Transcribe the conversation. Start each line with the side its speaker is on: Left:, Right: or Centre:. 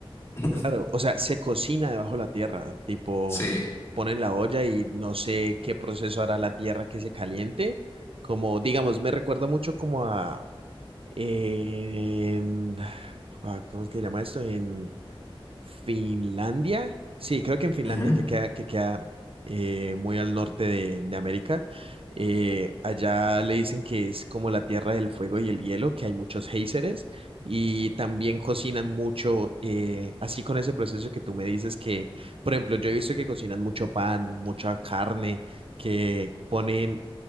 Left: <laughs>
Right: Claro, o sea, se cocina debajo de la tierra, tipo,
Left: Sí.
Right: ponen la olla y no sé qué proceso hará la tierra que se caliente, como, digamos, me recuerda mucho como a, en- a- ¿cómo es que se llama esto? En Finlandia. Sí, creo que en Finlandia,
Left: Ujú.
Right: que queda, que queda eh, muy al norte de, de América. Eh, allá le dicen que es como la tierra del fuego y el hielo, que hay muchos géiseres y también cocinan mucho, eh, así con ese proceso que tú me dices que, por ejemplo, yo he visto que cocinan mucho pan, mucha carne, que ponen